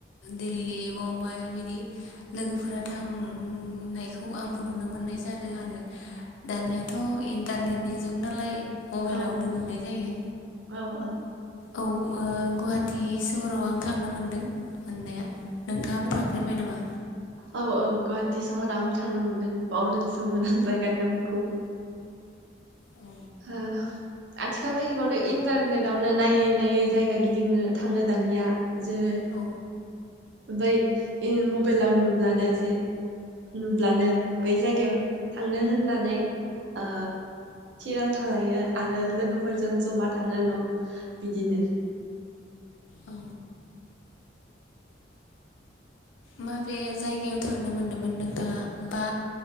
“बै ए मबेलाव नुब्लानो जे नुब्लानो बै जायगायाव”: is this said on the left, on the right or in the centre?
Right